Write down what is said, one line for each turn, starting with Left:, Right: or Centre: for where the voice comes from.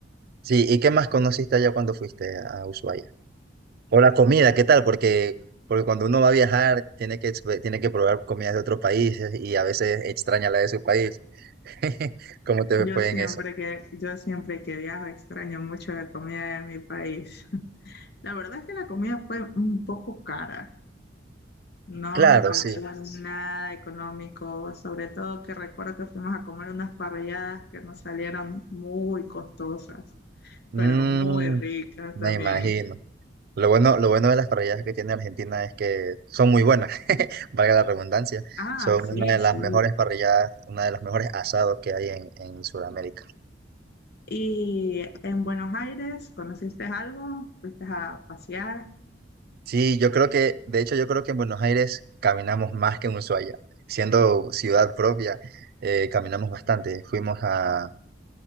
Right: Sí, ¿y qué más conociste allá cuando fuiste a Ushuaia? O la comida, ¿qué tal? Porque, porque cuando uno va a viajar, tiene que, exp- tiene que probar comidas de otros países y a veces extraña la de su país. <laughs> ¿Cómo te
Left: Yo
Right: fue
Left: siempre
Right: en eso?
Left: que, yo siempre que viajo extraño mucho la comida de mi país. La verdad es que la comida fue un poco cara, no
Right: Claro,
Left: me pareció
Right: sí.
Left: nada económico, sobre todo que recuerdo que fuimos a comer unas parrilladas que nos salieron muy costosas,
Right: Mm,
Left: pero muy ricas
Right: me
Left: también.
Right: imagino. Lo bueno, lo bueno de las parrilladas que tiene Argentina es que son muy buenas, <laughs> valga la redundancia.
Left: Ah,
Right: Son
Left: sí,
Right: una de las
Left: sí.
Right: mejores parrilladas, una de las mejores asados que hay en, en Sudamérica.
Left: ¿Y en Buenos Aires conociste algo? ¿Fuiste a pasear?
Right: Sí, yo creo que, de hecho, yo creo que en Buenos Aires caminamos más que en Ushuaia. Siendo ciudad propia, eh, caminamos bastante. Fuimos a...